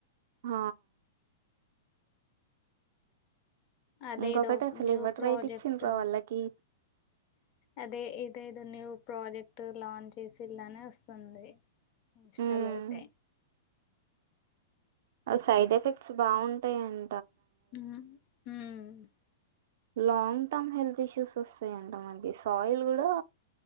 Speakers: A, on the right; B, on the left.
A: ఆ
B: అదేదో
A: ఇంకొకటి అసలు
B: న్యూ
A: ఇవ్వటి
B: ప్రాజెక్ట్
A: రైట్ ఇచ్చిండ్ర వాళ్ళకి
B: అదే ఇదేదో న్యూ ప్రాజెక్ట్ లాంచ్ చేసింళ్ళనే వస్తుంది ఇన్స్టాలో
A: ఉమ్
B: అయితే
A: ఆ సైడ్ ఎఫెక్ట్స్ బాగుంటాయన్
B: హ్మ్ మ్మ్ హు
A: లాంగ్ టర్మ్ హెల్త్ ఇష్యూస్ వస్తాయంట మనకి సాయిల్ గుడా